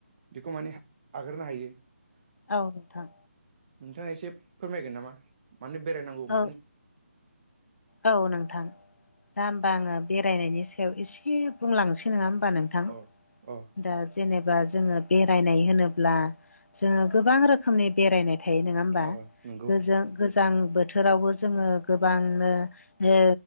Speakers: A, on the right; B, on the left.
A: बेखौ माने आगारनो हायो‌।
B: औ नोंथां।
A: नोंथाङा एसे फोरमायगोन नामा मानो बेरायनांगौ
B: औ
A: मानो
B: औ नोंथां दा होमबा आङो बेरायनायनि सायाव एसे बुंलांनोसै नङा होमबा नों थां
A: अ अ
B: दा जेनेबा जोङो बेरायनाय होनोब्ला जोङो गोबां रोखोमनि बेरायनाय थायो नङा होमबा
A: अ नंगौ
B: गोजों गोजां बोथोरावबो जोङो गोबांनो जे